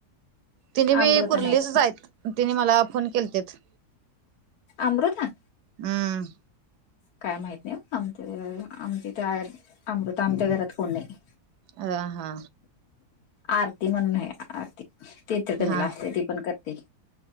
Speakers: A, on the right (about 75°); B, on the left (about 70°).
A: तिनी
B: अमृता
A: बी कुर्लीच
B: नाही
A: हायत तिने मला फोन केलेतेत.
B: आमृता.
A: हम्.
B: काय माहित नाही ओ आमच्या आमच्या इंथ अमृता आमच्या घरात कोण नाही.
A: हं हा.
B: आरती म्हणून हाय आरती ती इचलकरंजीला
A: हा
B: असतीया ती पण करते की.